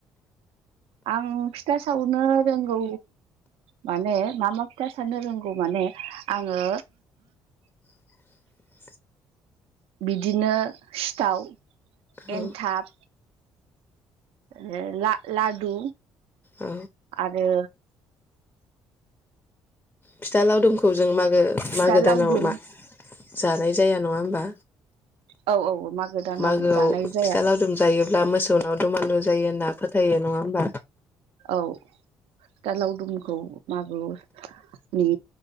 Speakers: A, on the right (about 75°); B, on the left (about 15°).
A: आं फिथा सावनो रोंगौ माने मा मा खोथा साननो रोंगौ माने आङो
B: <inaudible>
A: बिदिनो सिथाव
B: औ
A: एन्थाब माहोनो ला- लादु
B: औ
A: आरो।
B: फिथा लावदुमखौ जों मागो
A: फिथा
B: मागो
A: लावदुम
B: दानाव जानाय जाया नङा होम्बा
A: औ औ मागो दानाव
B: मागोआव
A: जानाय जाया
B: फिथा लावदुम जायोब्ला मोसौनाव दुमालु जायो होनना फोथायो नङा होमबा
A: औ फिथा लावदुमखौ मागोनि